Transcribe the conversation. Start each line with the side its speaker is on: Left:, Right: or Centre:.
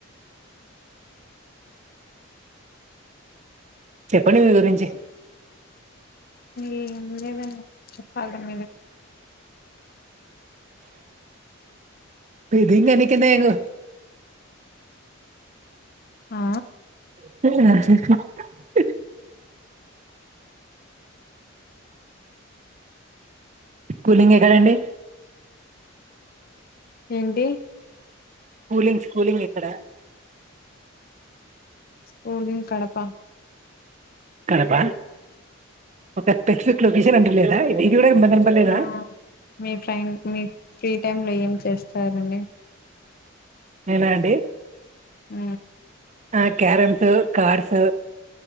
Right: చెప్పండి మీ గురించి
Left: ఏ లేదు అండి చెప్పాలి <unintelligible>
Right: ఇదింగ ఇక నేను
Left: ఆ
Right: <unintelligible> కులింగ్ ఎక్కడ అండి
Left: ఏంటి
Right: కూలింగ్స్ కూలింగ్ ఎక్కడ
Left: స్కూలీంగ్ కడప
Right: కడప ఒక పెక్షుట్లు విష అంటలేదా ఇది కూడా మదనపల్లేనా
Left: హ మీ ఫ్రెండ్ మీ ఫ్రీ టైమ్ లో ఏం స్తారు అండి
Right: నేనా అండి
Left: ఉ
Right: ఆ క్యరమ్స్, కార్డ్స్